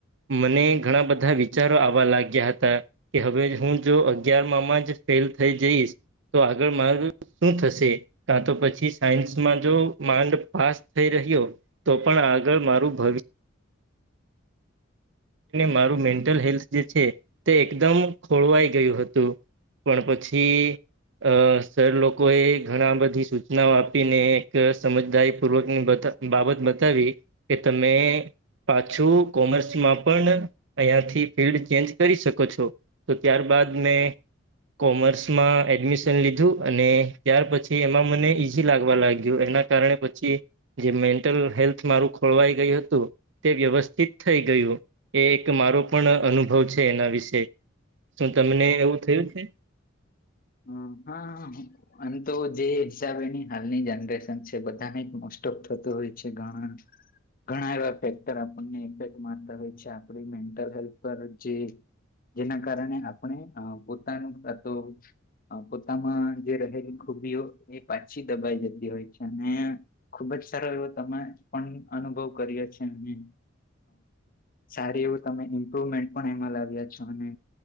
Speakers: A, on the right; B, on the left.
A: મને ઘણા બધા વિચારો આવવા લાગ ગ્યા હતા, કે હવે હું જો અગિયાર માં જ ફેલ થઈ જઈશ. તો આગળ મારૂ શું થશે? કા તો પછી સાયન્સમાં જો માંડ પાસ થઈ રહ્યો. તો પણ આગળ મારું ભવિ મારું મેન્ટલ હેલ્થ જે છે તે એકદમ ખોળવાઈ ગયું હતું. પણ પછી અ સર લોકોએ ઘણા બધી સૂચનાઓ આપીને એક સમજદારીપૂર્વકની બધ બાબત બતાવી કે તમે પાછું કોમર્સમાં પણ અહીંયાથી ફિલ્ડ ચેન્જ કરી શકો છો તો ત્યારબાદ મેં કોમર્સમાં એડમિશન લીધું અને ત્યાર પછી એમાં મને ઈઝી લાગવા લાગ્યું એના કારણે પછી જે મેન્ટલ હેલ્થ મારું ખોળવાઈ ગયું હતું તે વ્યવસ્થિત થઈ ગયું. એ એક મારો પણ અનુભવ છે એના વિશે શું તમને એવું થયું છે?
B: હ હાહા હમ્મ આમ તો જે હિસાબેની હાલની જનરેશન છે બધાને મોસ્ટ ઓફ થતું હોય છે ઘણા ઘણા એવા ફેક્ટર આપણને ઇફેક્ટ મારતા હોય છે આપણી મેન્ટલ હેલ્થ પર જે જેના કારણે આપણે અ પોતાનું <unintelligible> પોતામાં જે રહેલી ખુબીઓ એ પાછી દબાઈ જતી હોય છે અને ખુબ જ સારો એવો તમે પણ અનુભવ કરીયો છે અમને. સારી એવું તમે ઇમ્પ્રુવમેન્ટ પણ એમાં લાવ્યા છો અને